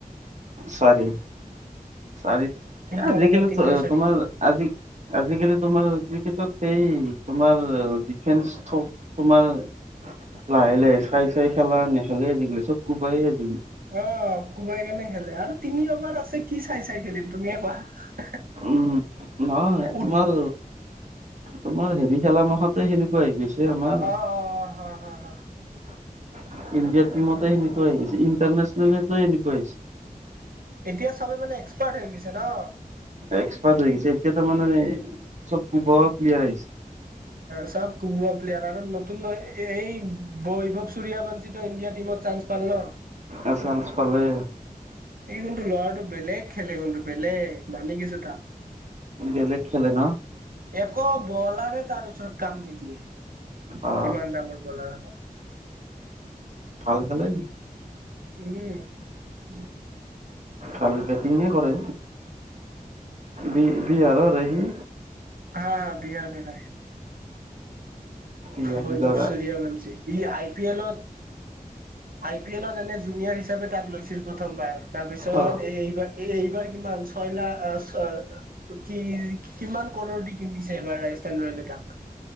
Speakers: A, on the right; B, on the right.
A: চাৰি চাৰি
B: তিনটা
A: আজিকালি
B: বলত তিনটা চাৰি
A: তোমাৰ আজি আজিকালি তোমাৰ কিকটত সেই তোমাৰ ডিফেন্স থ তোমাৰ লাহে লাহে চাই চাই খেলা নেখেলে আজি কালি চব কোবাই আজ
B: অ কোবাই কাৰণে খেলে আৰু তুমি এবাৰ আছে কি চাই চাই খেলিম তুমিয়ে কোৱা
A: উম নহ ই
B: উঠ
A: তোমাৰ তোমাৰ হেৰি খেলা মাহতে সেনেকুৱা হৈ গৈছে আমাৰ
B: অ অ অ
A: ইণ্ডিয়াৰ টিমতে সেনেকোৱা হৈ গৈছে। ইণ্টনে্যনেলেল এনেুৱছে
B: এতিয়া চবে মানে এক্সপাৰ্ট হৈ গৈছে ন
A: এক্সপাৰ্ট হৈ গছে এতিয়া তাৰ মানে চব প প্লেয়াৰ আহিছে
B: চব কুবা প্লেয়াৰ আৰু নতুন এই বৈভৱ চুুৰয়া বঞ্চিতিত ইণ্ডিয়াৰ টিমত চান্স পাল ন
A: আচানস পালে।
B: এই কোনটো ল'ৰাটো বেলেগ খেলে কোনটো বেলেগ মানি কিছো তাত
A: বেলেগ খেলে ন
B: একো বলাৰে তাৰ ওচৰত কাম নিদিয়ে
A: অ
B: সিমান্ দাঙৰ বলাৰ <unintelligible>
A: ভাল খানাই নকি
B: উম
A: খাল বেটিঙে কৰে বি বিহাৰ সি।
B: হা হা বিয়া বিঘা
A: বিহাৰী
B: বৈভৱ
A: ল'ৰা
B: চূৰিয়া বনছি ই আ আই পি এলত আই পি এলত এনে জুনিয়ৰ হিচাপে তাক লৈছিল প্ৰথমবাৰ তাৰপিছত
A: অ
B: এইৱা এই এইবাৰ কিমান ছয় লাখ ছয় লা কি কিমান কৰৰ দি কিনিছে এইবাৰ ৰাজস্থান ৰয়েল এটাক